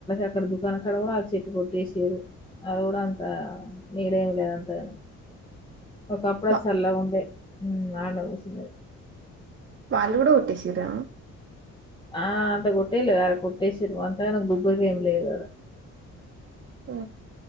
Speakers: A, on the left (about 15°); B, on the right (about 40°).
A: అక్కడ దుకాణం కడ కూడా చెట్టు కొట్టేసారు అది కూడా అంత నీడేమి లేదు అంతగాని ఒక అప్పుడు
B: వా
A: చల్ల ఉండే వాళ్ల ఊసులే
B: వాళ్ళు కూడా కొట్టేసరా
A: ఆ అంత కొట్టేలే వర కొట్టేసిరు అంతగాన్నా గుబ్బరికా ఏం లేదుర
B: ఉ